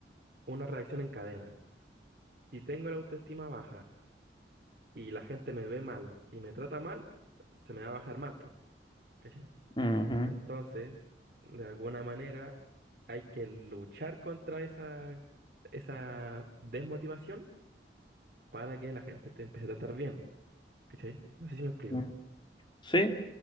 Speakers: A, on the right; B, on the left.
A: una reacción en cadena. Si tengo la autoestima baja y la gente me ve mal y me trata mal, se me va a bajar más, po, ¿cachai?
B: Ujú.
A: Entonces, de alguna manera, hay que luchar contra esa, esa desmotivación para que la gente te empiece a tratar bien, ¿cachai? No sé si me explico.
B: Mm. Sí,